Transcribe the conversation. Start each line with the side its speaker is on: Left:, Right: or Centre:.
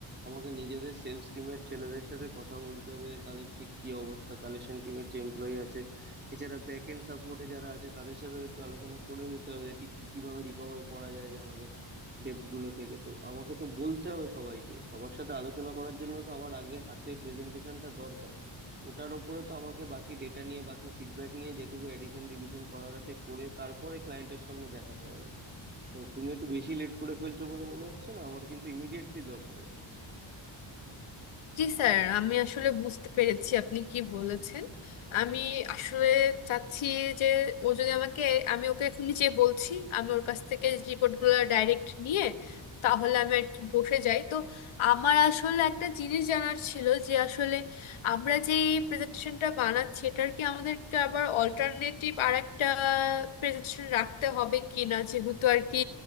Right: আমাকে নিজেদের সেলস টিমের ছেলেদের সাথে কথা বলতে হবে যে তাদের ঠিক কি অবস্থা কালেকশন টিমের যে এমপ্লয়ি আছে এছাড়া ব্যাক এন্ড সাপোর্টে যারা আছে তাদের সাথেও একটু আলোচনা করে নিতে হবে যে ঠিক কি কিভাবে রিকভার করা যায় যে আমাদের ডেপ্ট গুলো থেকে তো আমাকে তো বলতে হবে সবাইকে সবার সাথে আলোচনা করার জন্য তো আমার আগে হাতে প্রেজেন্টেশনটা দরকার ওটার উপরে তো আমাকে বাকি ডেটা নিয়ে বাকি ফিডব্যাক নিয়ে যেটুকু এডিশন ডিলিশন করার আছে করে তারপরে ক্লায়েন্টের সামনে দেখাতে হবে তো তুমি একটু বেশি লেট করে ফেলছো বলে মনে হচ্ছে না আমার কিন্তু ইমিডিয়েটলি দরকার এটা
Left: জি স্যার আমি আসলে বুঝতে পেরেছি আপনি কি বলেছেন আমি আসলে চাচ্ছি যে ও যদি আমাকে আমি ওকে এখনই যে বলছি আমি ওর কাছ থেকে রিপোর্টগুলো ডাইরেক্ট নিয়ে তাহলে আমি আর কি বসে যাই তো আমার আসলে একটা জিনিস জানার ছিল যে আসলে আমরা যে প্রেজেন্টেশনটা বানাচ্ছি এটার কি আমাদেরকে আবার অল্টারনেটিভ আর একটা প্রেজেন্টেশন রাখতে হবে কিনা যেহেতু আর কি